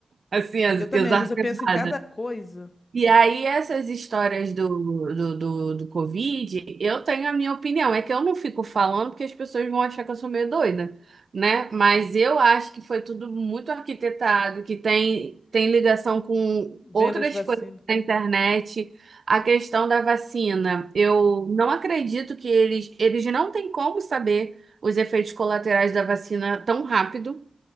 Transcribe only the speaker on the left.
Eu também,
às vezes eu penso em cada coisa,
vendo
as vacinas.